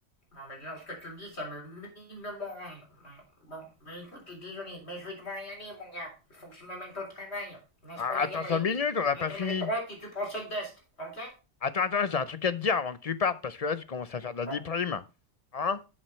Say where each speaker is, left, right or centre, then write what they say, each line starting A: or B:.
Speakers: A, on the left (about 60°); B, on the left (about 45°).
A: Ah bah dis non, ce que tu me dis, ça me mine le moral. Bah, Bon, mais écoute, désolé, mais je vais devoir y aller, mon gars. Il faut que je me mette au travail. Là,
B: Ah,
A: je prends la
B: attends
A: galerie,
B: 5 minutes, on n'a
A: la
B: pas
A: galerie
B: fini.
A: de droite et tu prends celle d'est, ok
B: Attends, attends, j'ai un truc à te dire avant que tu partes, parce que là, tu commences à faire de la
A: Bon,
B: déprime. Hein?